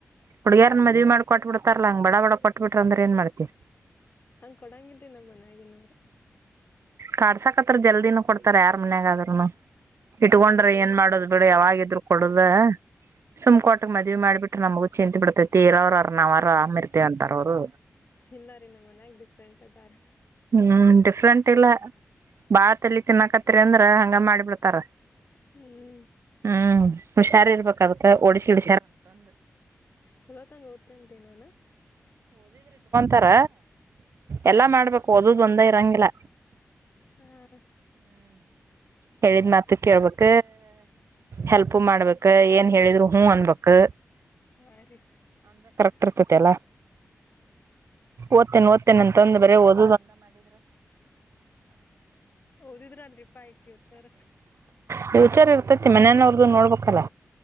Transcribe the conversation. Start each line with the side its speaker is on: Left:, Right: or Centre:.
Right: ಹುಡ್ಗ್ಯಾರನ ಮದ್ವಿ ಮಾಡಿ ಕೊಟ್ಟಟ್ಬ ಬಿಡ್ತಾರಲ್ಲಾ ಹಂಗ ಬಡ ಬಡ ಕೊಟ್ಬಿಟ್ರ ಅಂದ್ರೆ ಏನ್ ಮಾಡ್ತವಿ.
Left: ಹಂಗ್ ಕೊಡಂಗರ್್ದ ನಮ್ಮ ಮನ್ಯಗ ನೋರು.
Right: ಕಡ್ಸಾಕ್ತ್ರ ಜಲ್ದಿನ ಕೊಡ್ತಾರ ಯಾರ್ ಮನ್ಯಾಗಾದ್ರರುನು. ಇಟ್ಕೊಂಡ್ರೆ
Left: ಕೊಡಲ್ಲರಿ
Right: ಏನ್ ಮಾಡೋದು ಬಿಡ ಯಾವಾಗಿದ್ರು. ಕೊಡದ ಸುಮ್ಕೋಟಕ್ ಮದ್ವಿ ಮಾಡಿಬಿಟ್ರ ನಮಗು ಚಿಂತೆತ್ ಬಿಡ್ತೇ ತೀರ ಅವ್ರರ್ ನಾವ್ರ ಆಾಮ್ ಇರ್ತೇವ ಅಂತಾರ ಅವ್ರು.
Left: ಇಲ್ಲಾರಿೀ ನಮ್ಮ ಮನ್ಯಾಗ ಡಿಫ್ರೆಂಟ್. ತದಾರ.
Right: ಹ್ಮ್ ಡಿಫ್ರೆಂಟ್ ಇಲ್ಲ ಬಾಳತಲ್ಲಿ ತಿನ್ನಕತ್ತರಿ ಅಂದ್ರ ಹಂಗ ಮಾಡಿ ಬಿಿಡ್ತಾರ
Left: ಹ್ಮ್
Right: ಹ್ಮ್ ಹುಷಾರಿ ಇರ್ಬೇಕಾಗತ್ತೆ ಒಡಸಿಡ.
Left: ಚಲ ತಂಗ ತ್ತೇನ್ಟ ನಾನ
Right: ತಾರ. ಎಲ್ಲಾ ಮಾಡ್ಬೇಕ. ಓದದುೊಂದ ಇರಂಗಿಲ್ಲ.
Left: ಹ್ಮ.
Right: ಹೇಳಿದ ಮಾತು ಕೇಳ್ಬೇಕ ಹೆಲ್ಪ್ ಮಾಡ್ಬೇಕ ಏನ್ ಹೇಳಿದ್ರು ಹೂ ಅನ್ಬೇಕು.
Left: ಹಾ ರೀ.
Right: ವರ್ತತೆಲ್ಲ ಓದ್ತೇನೆ ಓದ್ತೇನೆ ಅಂತಂದ ಬರ ಓದ್
Left: ದು ತರಗೆ ಪಾಯ ್ಯುಚರ್
Right: ಫ್ಯೂಚರ್ ಇರ್ತೈತಿ ಮನೆಯನ ಅವ್ರದ್ದು ನೋಡ್ಬೇಕಲ್ಲ